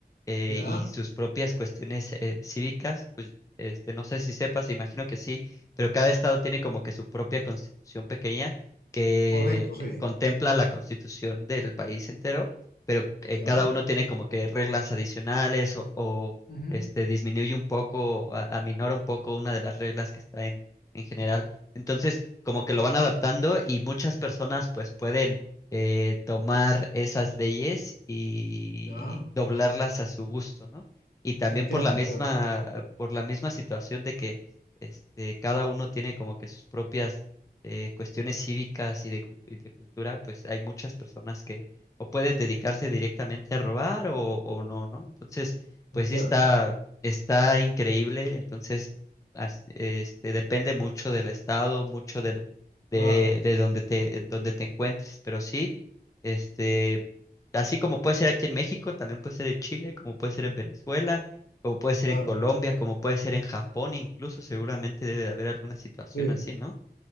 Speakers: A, on the left; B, on the left.
A: eh,
B: ya,
A: y sus propias cuestiones eh, cívicas, pues este, no sé si sepas, imagino que sí, pero cada estado tiene como que su propia constitución pequeña que
B: correcto, sí,
A: contempla la constitución del país entero, pero eh,
B: ya,
A: cada uno tiene como que reglas adicionales o, o,
B: ujú,
A: este, disminuye un poco, a- aminora un poco una de las reglas que está en, en general. Entonces, como que lo van adaptando y muchas personas pues pueden eh, tomar esas leyes y
B: ya,
A: doblarlas a su gusto, ¿no? Y también
B: entiendo,
A: por la misma,
B: entiendo,
A: por la misma situación de que este, cada uno tiene como que sus propias eh, cuestiones cívicas y de, cu- y de cultura, pues hay muchas personas que o pueden dedicarse directamente a robar o, o no, ¿no? Entonces, pues
B: entiendo,
A: sí está, está increíble, entonces, as- este, depende mucho del estado, mucho del de,
B: claro,
A: de donde te, en donde te encuentres. Pero sí, este, así como puede ser aquí en México, también puede ser en Chile, como puede ser en Venezuela, como puede ser
B: claro,
A: en Colombia, como puede ser en Japón, incluso seguramente debe de haber alguna situación
B: sí.
A: así, ¿no?